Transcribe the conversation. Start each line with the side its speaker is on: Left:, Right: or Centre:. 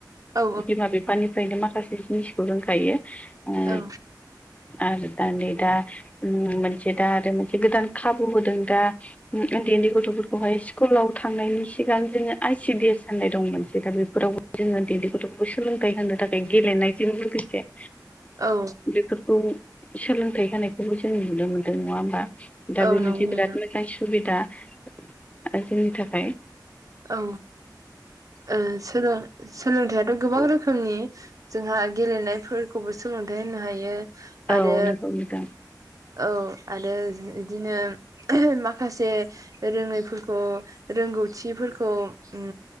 Right: औ
Left: बिमा बिफानिफ्रायनो माखासे जिनिसखौ रोंखायो। ओ
Right: औ
Left: आरो दा नै दा उम मोनसे दा आरो मोनसे गोदान खाबु होदों दा उम उन्दै उन्दै गथ'फोरखौहाय स्कुलाव थांनायनि सिगां जोङो आइ सिडि एस होननाय दं मोनसे दा बेफोरावबो जोंङो उन्दै उन्दै गथ'फोरखौ सोलोंथाइ होनो थाखाय गेलेनायजों लोगोसे
Right: औ
Left: फोरखौ सोलोंथाइ होनायखौबो जों नुनो मोन्दों नङा ओमबा? दा
Right: औ
Left: बे
Right: नंगौ
Left: मोनसे
Right: नोंथां
Left: बिराद मोजां सुबिदा आरो जोंनि थाखाय
Right: औ ओ सोलों सोलोंथाइयाथ' गोबां रोखोमनि। जोंहा गेलेनायफोरखौबो सोलोंथाइ होनो हायो।
Left: औ
Right: आरो
Left: नंगौ नोंथां।
Right: औ आरो इदिनो माखासे रोङैफोरखौ रोंगौथिफोरखौ उम